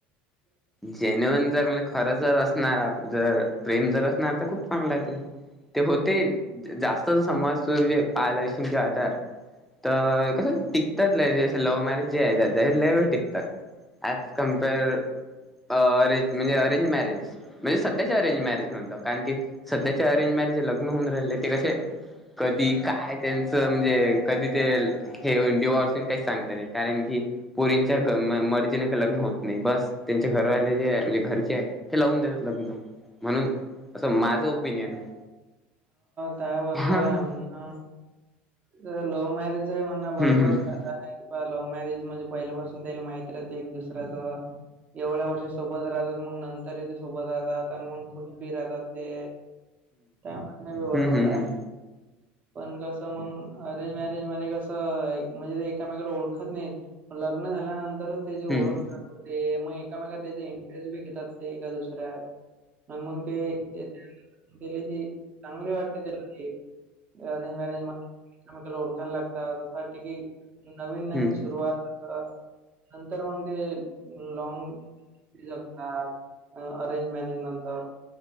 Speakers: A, on the right; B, in the centre.
A: <inaudible>
B: जेन्युन जर म्हणजे, खरं जर असणार जर प्रेम जर असणार तर खूप चांगलं आहे ते. ते होतील, जास्त जर समाज म्हणजे पाहायला किंवा आता तर असं टिकतात लय दिवस लव्ह मॅरेज जे आहे ना, ते लई वेळ टिकतात ॲज कम्पेअर अ अरेंज म्हणजे अरेज मॅरेज, म्हणजे सध्याचे अरेंज मॅरेज. म्हणतो, कारण की सध्याचे अरेंज मॅरेजे लग्न होऊन राहिले ते कसे कधी काय त्यांचं म्हणजे कधी ते हे डिवर्स होईन काही सांगत नाही. कारण की पोरींच्या मर्जीन का लग्न होत नाही बस. त्यांचे घरवाले जे म्हणजे घरचे ते लावून देतात लग्न. म्हणून असं माझ ओपिनियन आहे.
A: काय बरोबर
B: हं
A: आहे म्हणणं. हा, तर लव्ह मॅरेज आहे म्हणंन बरोबरच
B: हम्म हम्म
A: आहे. काय की लव्ह मॅरेज म्हणजे पहिल्यापासून त्याला माहित राहते एक दुसऱ्याच एवढ्या वर्षी सोबत राहतात, मग नंतरही ते सोबत राहतात आणि मग खुश बी राहतात ते. त्यामुळेच बरोबर
B: हम्म हम्म हम्म
A: आहे. पण कसं मग, अरेंज मॅरेज मध्ये कसं म्हणजे ते एकमेकडे ओळखत नाहीत. मग लग्न झाल्यानंतरच ते जे ओळखतात.
B: हम्म हम्म
A: म ते मग एकामेका त्याचे इंटरेस्ट बी घेतात, ते एका दुसऱ्यात. आणि मग ते <unintelligible> चांगली वाटते त्याला. ते अरेंज मॅरेज मध्ये एकमेकाला ओळखायला लागतात, असं वाटतं की नवीन नवीन
B: हम्म
A: सुरुवात नंतर मग ते लॉंग जगतात. अरेंज मॅरज नंतर